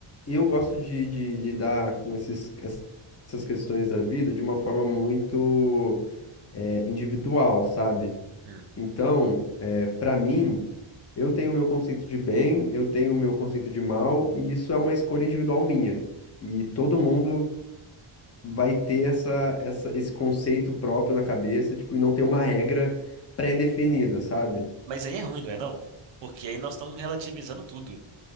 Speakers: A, on the left; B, on the right.
A: eu gosto de, de lidar com esses, essas questões da vida de uma forma muito é, individual, sabe?
B: Hum.
A: Então, é, para mim, eu tenho o meu conceito de bem, eu tenho o meu conceito de mal, e isso é uma escolha individual minha. E todo mundo vai ter essa, essa- esse conceito próprio na cabeça, tipo, e não tem uma regra pré-definida, sabe?
B: Mas aí é ruim, não é não? Porque aí nós estamos relativizando tudo.